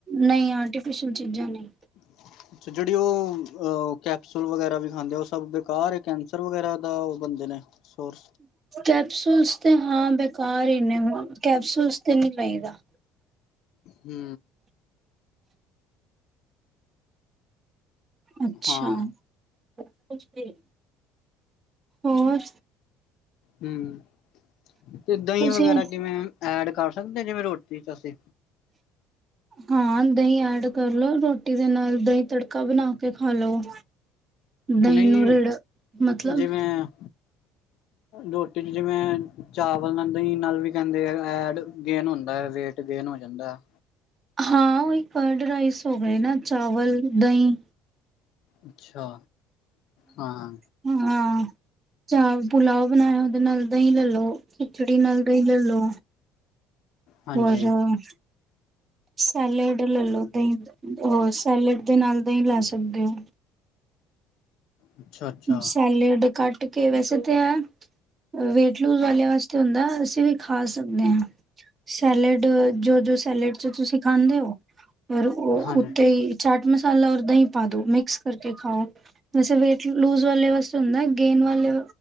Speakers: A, on the right; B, on the left.
A: ਨਈਂ, ਆਰਟੀਫਿਸ਼ਅਲ ਚੀਜ਼ਾਂ ਨਈਂ
B: <unintelligible> <inaudible> ਅੱਛਾ, ਜਿਹੜੀ ਉਹ ਕੈਪਸੂਲ ਵਗੈਰਾ ਵੀ ਖਾਂਦੇ ਉਹ ਸਭ ਬੇਕਾਰ ਹੈ। ਕੈਂਸਰ ਵਗੈਰਾ ਦਾ ਉਹ ਬੰਦੇ ਨੇ ਸਰ
A: ਕੈਪਸੂਲਸ ਤੇ ਹਾਂ ਬੇਕਾਰ ਹੀ ਨੇ ਕੈਪਸੂਲਸ ਤੇ ਨਹੀਂ ਚਾਹੀਦਾ।
B: ਹੂੰ।
A: ਅੱਛਾ
B: ਹਾਂ
A: ਪੁੱਛ ਦੇ- ਹੋਰ
B: ਹੂੰ ਤੇ ਦਹੀਂ
A: ਤੁਸੀਂ
B: ਵਗੈਰਾ ਜਿਵੇਂ ਐਡ ਕਰ ਸਕਦੇ-ਜਿਵੇਂ ਰੋਟੀ ਚ ਅਸੀਂ
A: ਹਾਂ, ਦਹੀਂ ਐਡ ਕਰ ਲੋ, ਰੋਟੀ ਦੇ ਨਾਲ ਦਹੀਂ ਤੜਕਾ ਬਣਾ ਕੇ ਖਾ ਲੋ। ਦਹੀਂ
B: ਨਹੀਂ
A: ਨੂੰ ਰਿੜ ਮਤਲਬ
B: ਜਿਵੇਂ- ਰੋਟੀ ਚ ਜਿਵੇਂ ਚਾਵਲ ਨਾਲ ਦਹੀਂ ਨਾਲ ਵੀ ਕਹਿੰਦੇ ਆ ਐਡ ਗੇਨ ਹੁੰਦਾ ਹੈ। ਵੇਟ ਗੇਨ ਹੋ ਜਾਂਦਾ।
A: ਹਾਂ, ਉਹੀ ਕਰਡ ਰਾਈਸ ਹੋ ਗਏ ਨਾ ਚਾੱਵਲ, ਦਹੀਂ
B: ਅੱਛਾ, ਹਾਂ
A: ਹਾਂ, ਚਾਵਲ ਪੁਲਾਓ ਬਣਾਇਆ। ਉਹਦੇ ਨਾਲ ਦਹੀਂ ਲੈਲਓ। ਖਿਚੜੀ ਨਾਲ ਦਹੀਂ ਲੈਲੋ
B: ਹਾਂਜੀ
A: ਹੋਰ ਸੈਲਡ ਲੈਲੋ, ਤਾਂ ਸੈਲਡ ਦੇ ਨਾਲ ਦਹੀਂ ਲੈ ਸਕਦੇ ਹੋ।
B: ਅੱਛਾ ਅੱਛਾ
A: ਸੈਲੇਡ ਕੱਟ ਕੇ ਵੈਸੇ ਤਾਂ ਐ ਵੇਟ ਲੂਜ ਵਾਲਿਆਂ ਵਾਸਤੇ ਹੁੰਦਾ। ਅਸੀਂ ਵੀ ਖਾ ਸਕਦੇ ਹਾਂ। ਸੈਲਡ ਜੋ ਜੋ ਸੈਲਡ ਚ ਤੁਸੀਂ ਖਾਂਦੇ ਹੋ ਪਰ ਔ
B: ਹਾਂਜੀ
A: ਉੱਤੇ ਹੀ ਚਾਟ ਮਸਾਲਾ ਰ ਦਹੀਂ ਪਾ ਦੋ ਮਿਕਸ ਕਰਕੇ ਖਾਓ ਵੈਸੇ ਵੇਟ ਲੂਜ਼ ਵਾਲੇ ਵਾਸਤੇ ਹੁੰਦਾ ਗੇਨ ਵਾਲੇ